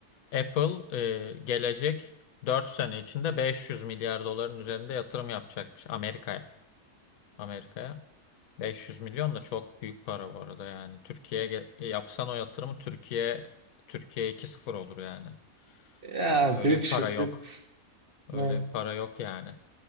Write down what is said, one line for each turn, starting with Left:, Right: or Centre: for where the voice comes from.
Left: Apple e, gelecek 4 sene içinde 500 milyar doların üzerinde yatırım yapacakmış Amerika'ya. Amerika'ya. 500 milyon da çok büyük para bu arada yani. Türkiye'ye ge- yapsan o yatırımı Türkiye Türkiye iki sıfır olur yani.
Right: ya
Left: Ee, Öyle
Right: büyük
Left: bir
Right: şirket.
Left: para yok. Öyle
Right: Evet.
Left: bir para yok yani.